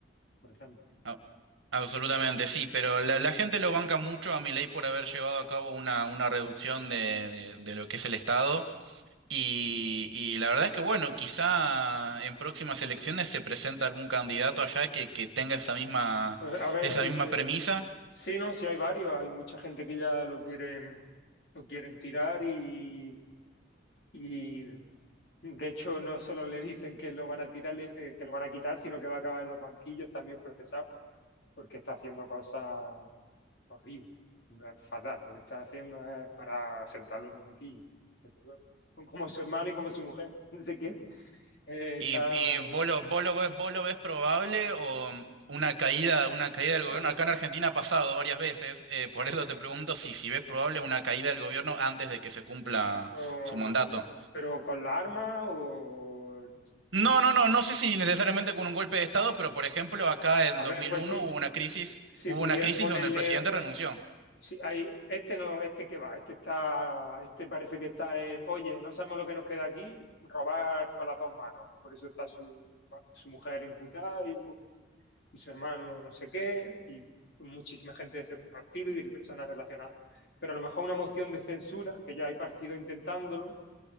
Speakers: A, on the left; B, on the right.
A: por ejemplo.
B: a- Absolutamente, sí, pero la, la gente lo banca mucho a Milei por haber llevado a cabo una, una reducción de, de- de lo que es el Estado. Y, y la verdad es que, bueno, quizá en próximas elecciones se presenta algún candidato allá que, que tenga esa misma,
A: Pues a ver
B: esa
A: si
B: misma
A: este.
B: premisa.
A: Sí, no, sí hay varios. Hay mucha gente que ya lo quieren, lo quieren tirar y, y de hecho no solo le dicen que lo van a tirar, eh, que lo van a quitar, sino que va a acabar en los banquillos también procesado, porque está haciendo cosas horribles, fatal. Lo que está haciendo es para sentarlo en un banquillo, desde luego. Como su hermano y como su mujer. <laughs> Dice que eh,
B: ¿Y,
A: está
B: y vos lo, vos lo ves, vos lo ves probable o mm, una caída, una caída del gobierno?
A: ojo,
B: Acá en Argentina ha pasado varias veces, eh, por eso te pregunto si, si ves probable una caída del gobierno antes de que se cumpla
A: con,
B: su mandato.
A: pero con la arma o
B: No, no, no, no sé si necesariamente con un golpe de Estado, pero por ejemplo acá en
A: A
B: 2001
A: ver, pues si,
B: hubo una crisis,
A: si
B: hubo
A: pudieran
B: una crisis
A: ponerle,
B: donde el presidente renunció.
A: si hay, este no, este que va, este está, este parece que está en, oye, no sabemos lo que nos queda aquí, robar con las dos manos. Por eso está su, su mujer imputada y, y su hermano no sé qué, y muchísima gente de ese partido y de personas relacionadas. Pero a lo mejor una moción de censura, que ya hay partido intentándolo,